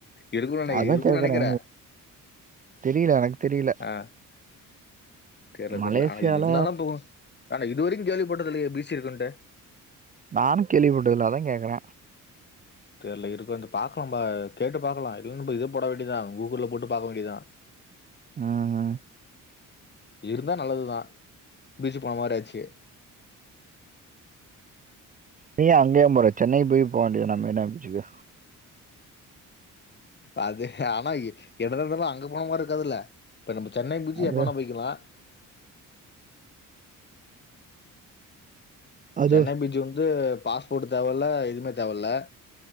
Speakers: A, on the left (about 30°); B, on the right (about 25°).
A: இருக்கு நெனக்கிற
B: அதா
A: இருக்கு
B: கேக்குறே
A: நெனக்கிற
B: தெரில எனக்கு தெரில
A: ஆ கேட்டது
B: மலேசியால
A: தெர்ல ஆனா இருந்தாலும் போ ஆனா இதுவரைக்கு கேள்வி பட்டது இல்லையே பீச் இருக்குன்ட்டு
B: நானு கேள்விப்பட்டது இல்ல அதா கேக்கற
A: தெர்ல இருக்குன்ட்டு பாக்கனுபா கேட்டு பாக்கலா இல்லன்ன இ இது போட வேண்டியதா கூகுள்ல போட்டு பாக்க வேண்டியதா
B: ம்
A: இருந்தா நல்லதுதா பீச்சு போன மாரி ஆச்சு
B: நீயேன் அங்கே ஏன் போற சென்னை போய் போ வேண்டியதுதான மெரினா பீச்சுக்கு
A: அது ஆனா என்னதா இருந்தாலு அங்க போன மாரி இருக்காதில்ல இப்ப நம்ம சென்னை பீச்சு
B: அது
A: எப்ப வேணா போய்க்கலா
B: அது
A: சென்னை பீச் வந்து பாஸ்போர்ட் தேவ இல்ல எதுமே தேவ இல்ல